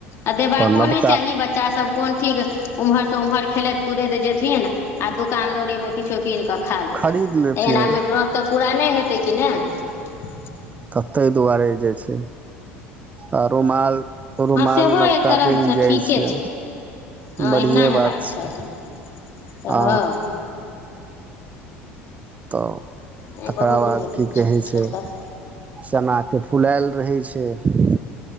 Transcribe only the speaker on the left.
आ देबाको
नहि चाही बच्चासभ कोन ठीक ओम्हरसँ उम्हर खेलैत कुदैत जेथिन आ दोकान दौरीमे किछो कीन कऽ खा लेथिन
एनामे व्रत तऽ पूरा नहि हेतै कि नहि
हँ सेहो
एक तरहसँ
ठीके
हँ
एहना हेबाक
चाही
तऽ
हँ
नहि
बहुत
नीक
अछि
सभ तऽ